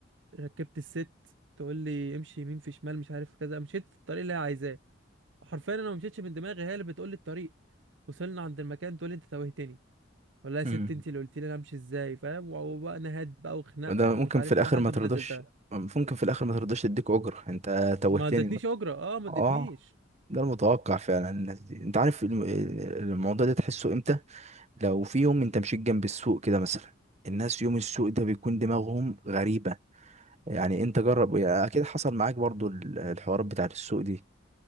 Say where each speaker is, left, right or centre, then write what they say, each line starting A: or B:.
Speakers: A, on the right (about 70°); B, on the right (about 35°).
A: ركبت الست تقول لي امشي يمين في شمال مش عارف كذا مشيت في الطريق اللي هي عايزاه حرفيا انا ما مشيتش من دماغي هي اللي بتقول لي الطريق وصلنا عند المكان تقول لي انت توهتني والله يا ست
B: امم
A: انت اللي قلت لي انا امشي ازاي فاهم وبقى نهاد بقى وخناق
B: وده
A: ومش
B: ممكن
A: عارف
B: في الاخر
A: ايه لحد
B: ما ترضاش
A: ما نزلتها
B: ممكن في الاخر ما ترضاش تديك اجر انت توهتني
A: ما ادتنيش اجره اه ما
B: اه
A: ادتنيش
B: ده المتوقع فعلا الناس دي انت عارف الم- الموضوع ده تحسه امتى لو في يوم انت مشيت جنب السوق كده مثلا الناس يوم السوق ده بيكون دماغهم غريبة يعني انت جرب يعني اكيد حصل معاك برضو ال- الحوارات بتاعت السوق دي